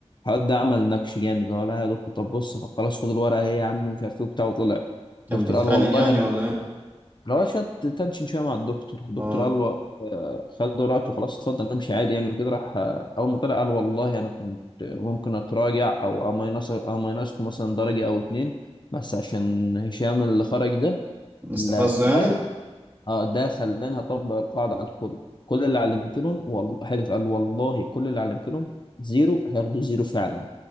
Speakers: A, on the left (about 45°); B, on the right (about 20°).
A: الواد ده عمل نكش جامد اللي هو لا يا دكتور طب بص طب خلاص خد الورقه اهي يا عم ومش عارف ايه وبتاع وطلع
B: كان
A: الدكتور
B: بيتخانق
A: قال والله
B: يعني
A: انا
B: ولا إيه؟
A: اللي هو شد تنشن شويه مع الدكتور الدكتور
B: آه
A: قال له آه، خد ورقته خلاص اتفضل امشي عادي يعني وكده راح آه، اول ما طلع قال والله انا كنت ممكن اتراجع او امينص امينصكم مثلا درجه او اتنين بس عشان هشام اللي خرج ده
B: نستفزه
A: لا ده
B: يعني؟
A: اه ده خلاني هطبق القاعده على الكل كل اللي علمت لهم والله حلف قال والله كل اللي علمت لهم زيرو هياخدوا زيرو فعلا